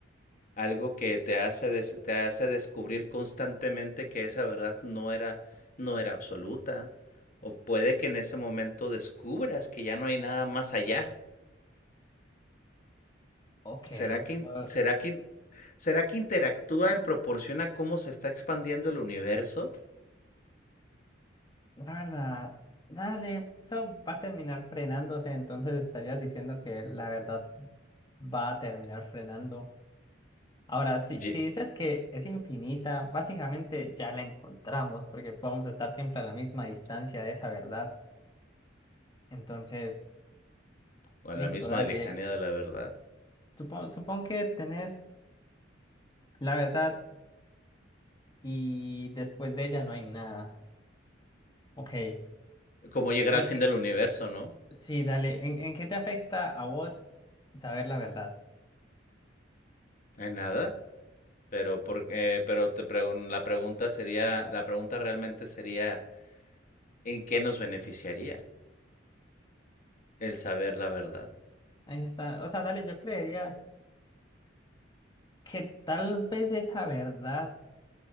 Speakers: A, on the left; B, on the left.
A: algo que te hace, des- te hace descubrir constantemente que esa verdad no era, no era absoluta. O puede que en ese momento descubras que ya no hay nada más allá.
B: Ok,
A: ¿Será que,
B: pues.
A: in- será que, in- será que interactúa en proporción a cómo se está expandiendo el universo?
B: La verdad, dale, eso va a terminar frenándose, entonces estarías diciendo que la verdad va a terminar frenando. Ahora, si,
A: Ye-
B: si dices que es infinita, básicamente ya la encontramos porque vamos a estar siempre a la misma distancia de esa verdad. Entonces,
A: o a la
B: listo,
A: misma
B: dale.
A: lejanía de la verdad.
B: Supon, supón que tenés la verdad y después de ella no hay nada. Ok. En-
A: Como llegar
B: en-
A: al fin del universo, ¿no?
B: sí, dale. ¿En, en qué te afecta a vos saber la verdad?
A: ¿Hay nada? Pero porque, pero te pregun- la pregunta sería, la pregunta realmente sería, ¿en qué nos beneficiaría el saber la verdad?
B: Ahí está. O sea, dale, yo creería que tal vez esa verdad